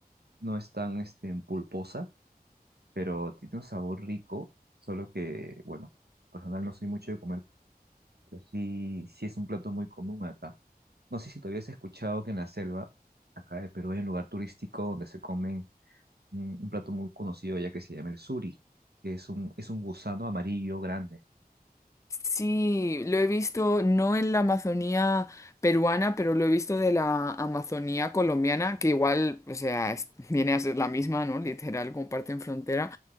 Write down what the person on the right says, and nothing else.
no es tan este, pulposa, pero tiene un sabor rico, solo que, bueno, personal no soy mucho de comer pero sí, sí es un plato muy común acá. No sé si todavía habías escuchado que en la selva, acá de Perú, hay un lugar turístico donde se comen un, un plato muy conocido ya que se llama el suri, que es un, es un gusano amarillo grande.